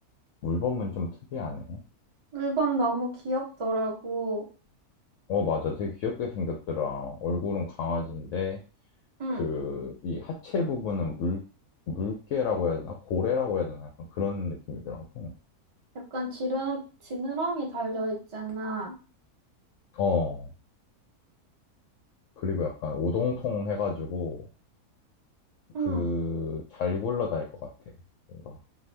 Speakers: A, on the left (about 65°); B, on the right (about 25°).
A: 물범은 좀 특이하네.
B: 물범 너무 귀엽더라고.
A: 어, 맞아. 되게 귀엽게 생겼더라. 얼굴은 강아지인데,
B: 응.
A: 그, 이 하체 부분은 물, 물개라고 해야 되나? 고래라고 해야 되나? 약간 그런 느낌이더라고.
B: 약간 지름, 지느러미 달려있잖아.
A: 어, 그리고 약간 오동통 해가지고,
B: 응.
A: 그, 잘 굴러다닐 것 같아. 뭔가.